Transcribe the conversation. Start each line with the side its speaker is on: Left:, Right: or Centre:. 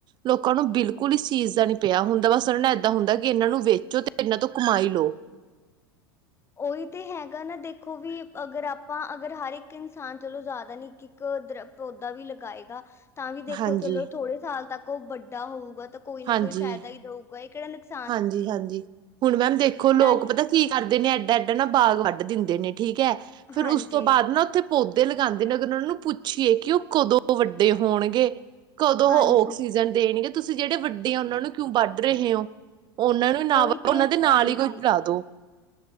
Right: ਲੋਕਾਂ ਨੂੰ ਬਿਲਕੁਲ ਇਸ ਚੀਜ਼ ਦਾ ਨੀ ਪੇਆ ਹੁੰਦਾ, ਬਾੱਸ ਉਨਾਂਨ ਏਦਾਂ ਹੁੰਦਾ ਕਿ ਏਨਾਂ ਨੂੰ ਵੇਚੋ ਤੇ ਏਨਾਂ ਤੋ ਕਮਾਈ ਲੋ।
Left: ਓਈ ਤੇ ਹੈਗਾ ਨਾ ਦੇਖੋ ਵੀ ਅਗਰ ਆਪਾਂ ਅਗਰ, ਹਰ ਇੱਕ ਇਨਸਾਨ ਚਲੋ ਜਾਦਾ ਨੀ ਇੱਕ, ਇੱਕ ਦਰ ਤੋਦਾੱ ਵੀ ਲਗਾਏਗਾ। ਤਾਂ ਵੀ ਦੇਖੋ
Right: ਹਾਂਜੀ
Left: ਚਲੋ ਥੋੜੇ ਸਾਲ ਤੱਕ ਓ ਵੱਡਾ ਹੋਊਗਾ ਤਾ ਕੋਈ ਨਾ
Right: ਹਾਂਜੀ
Left: ਕੋਈ ਫੈਦਾ ਈ ਦਊਗਾ ਏ ਕੇੜਾ ਨੁਕਸਾ
Right: ਹਾਂਜੀ, ਹਾਂਜੀ ਹੁਣ ਮੈਮ ਦੇਖੋ ਲੋਕ
Left: ਨਾਲ
Right: ਪਤਾ ਕੀ ਕਾਰਦੇ ਨੇ ਐਡਾ, ਐਡਾ ਨਾ ਬਾਗ਼ ਵਾੱਡ ਦਿੰਦੇ ਨੇ। ਠੀਕ ਹੈ, ਫਿਰ
Left: ਹਾਂਜੀ,
Right: ਉਸ ਤੋਂ ਬਾਦ ਨਾ ਉਥੇ ਪੌਦੇ੍ ਲਗਾਂਦੇ ਨੇ ਅਗਰ ਓਨਾਂ ਨੂੰ ਪੁੱਛੀਏ ਕਿ ਓ ਕਦੋਂ ਵੱਡੇ ਹੋਣਗੇ ਕਦੋਂ
Left: ਹਾਂਜੀ
Right: ਹੋ ਆਕਸੀਜਨ ਦੇਨਗੇ ਤੂਸੀ ਜੇੜੇ ਵੱਡੇ ਆ ਉਨਾਂ ਨੂੰ ਕਿਉਂ ਵਾੱਡ ਰਹੇ ਔਂ ਓਨਾਂ ਨੂੰ ਨਾ
Left: ਉਹੀ
Right: <inaudible>
Left: ਤੇ
Right: ਓਨਾਂ ਦੇ ਨਾਲ
Left: ਹਾਂਜੀ
Right: ਈ ਕੋਈ ਲਾਦੋ।